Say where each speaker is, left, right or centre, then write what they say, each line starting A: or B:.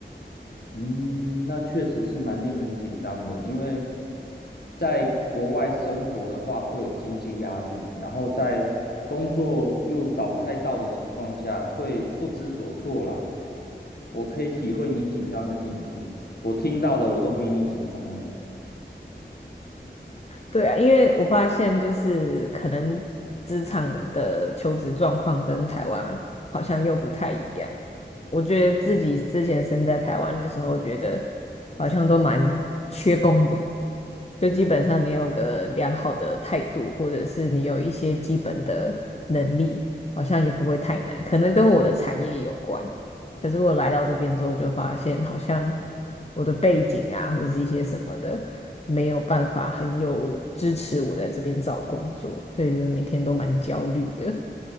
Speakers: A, on the left; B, on the left.
A: 嗯，那确实是蛮令人紧张的，因为在国外生活的话，会有经济压力，然后在工作又找不太到的情况下，会不知所措啦。我可以体会你紧张的心情，我听到了，我都比你紧张了。
B: 对啊，因为我发现就是可能职场的求职状况跟台湾好像又不太一样。我觉得自己之前身在台湾的时候，觉得好像都蛮缺工的，就基本上你有个良好的态度，或者是你有一些基本的能力，好像也不会太难，可能跟我的产业有关。可是我来到这边之后，就发现好像我的背景啊，或者是一些什么的，没有办法很有支持我在这边找工作，所以就是每天都蛮焦虑的。